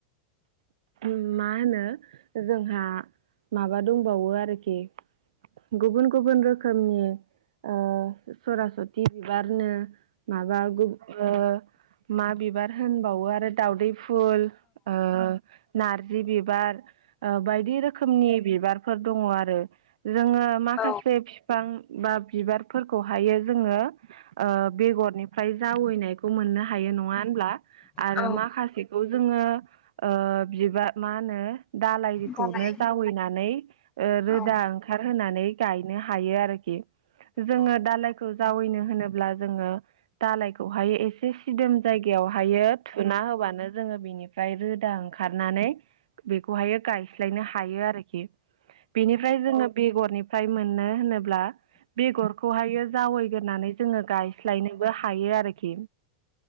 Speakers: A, on the right; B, on the left.
A: मा होनो जोंहा माबा दंबावो आरोखि गुबुन गुबुन रोखोमनि ओ सरासति बिबारनो माबा गु ओ मा बिबार होनबावो आरो दाउदै फुल ओ नार जि बिबार ओ बायदि रोखोमनि बिबारफोर दङ आरो जोङो माखासे
B: औ
A: बिफां बा बिबारफोरखौहायो जोङो ओ बेगरनिफ्राय जावैनायखौ मोननो हायो नङा होनब्ला आरो
B: औ
A: माखासेखौ जोङो ओ बिबार मा होनो। दालायखौनो
B: दालाय
A: जावैनानै रोदा
B: औ
A: ओंखार होनानै गायनो हायो आरो। आरोखि जोङो
B: औ गोजोन औ
A: दालायखौ जावैनो होनोब्ला जोङो दालायखौहाय एसे सिदोम जायगायावहायो थुना होबानो जोङो बेनिफ्राय रोदा ओंखारनानै बेखौहायो गाय फ्रायनो हायो आरोखि बेनिफ्राय जोङो बेगरनिफ्राय मोननो होनो ब्ला बेगरखौहायो जावैग्रोनानै जोङो गाय लायनोबो हायो आरोखि